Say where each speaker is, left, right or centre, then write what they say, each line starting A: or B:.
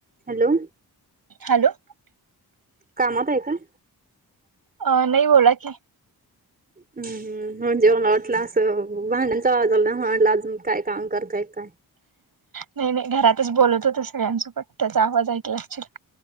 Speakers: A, on the right (about 25°); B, on the right (about 60°).
A: Hello!
B: Hello!
A: कामात हाय काय?
B: अं, नाही बोला की. <inaudible>
A: हम्म, हम्म म्हणजे मला वाटलं असं भांड्यांचा आवाज आला ना मला वाटलं अजून काय काम करताय काय.
B: नाही नाही घरातच बोलत होते सगळ्यांसोबत त्याचा आवाज ऐकला असशील.